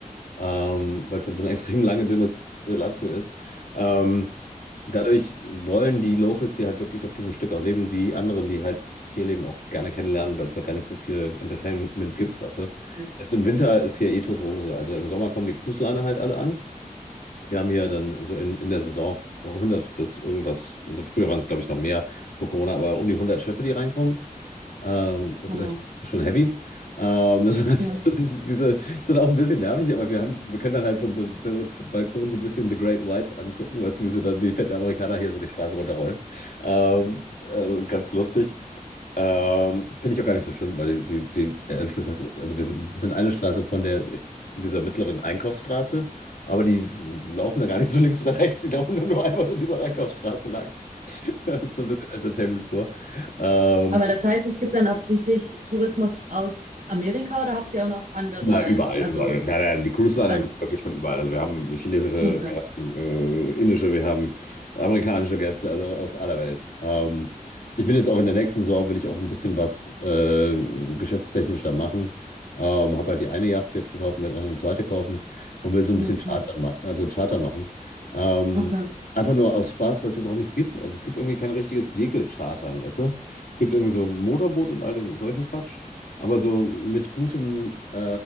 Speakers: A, on the left (about 80°); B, on the right (about 65°).
A: ähm, weil es halt so eine <laughs> extrem lange, dünne äh, Landzunge ist. Ähm, Dadurch wollen die Locals, die halt wirklich auf diesem Stück auch leben, die anderen, die halt hier leben, auch gerne kennenlernen, weil es da gar nicht so viel Entertainment gibt, weißt du.
B: Okay.
A: Jetzt im Winter ist hier eh tote Hose. Also im Sommer kommen die Cruise-Liner halt alle an. Wir haben hier dann so in, in der Saison 100 bis irgendwas, also früher waren es glaube ich noch mehr vor Corona, aber um die 100 Schiffe, die reinkommen. Ähm, das
B: Oh,
A: ist
B: Wow.
A: echt schon heavy. Ähm, das heißt,
B: Ja.
A: <laughs> das ist- diese ist dann auch ein bisschen nervig, aber wir haben, wir können dann halt vom Ba- Ba- Balkon so ein bisschen The Great Whites angucken, was, wie sie dann die fetten Amerikaner hier so die Straße runterrollen. Ähm, also ganz lustig. Ähm, finde ich auch gar nicht so schlimm, weil die, die, die, ehrlich gesagt, also wir sind sind eine Straße von der, dieser mittleren Einkaufsstraße, aber die laufen da gar nicht so links oder rechts, die laufen dann nur einfach so dieser Einkaufsstraße lang. <laughs> Das ist so ein bisschen Entertainment vor. Ähm,
B: Aber das heißt, es gibt dann absichtlich Tourismus aus Amerika oder habt ihr auch noch andere,
A: Na, überall,
B: also,
A: überall. Nein, nein, die Cruise Line
B: also
A: kommt wirklich von überall. Also wir haben chinesische,
B: okay,
A: wir
B: okay,
A: haben äh, indische, wir haben amerikanische Gäste, also aus aller Welt. Ähm, ich bin jetzt auch in der nächsten Saison, will ich auch ein bisschen was äh, geschäftstechnisch da machen. Ähm, habe halt die eine Yacht jetzt gekauft, werde noch eine zweite kaufen und will so ein bisschen
B: okay,
A: Charter, ma also Charter machen. Ähm,
B: okay.
A: einfach nur aus Spaß, weil es das auch nicht gibt. Also es gibt irgendwie kein richtiges Segelchartern, weißt du? Es gibt irgendwie so Motorboot und all den solchen Quatsch. Aber so mit gutem äh,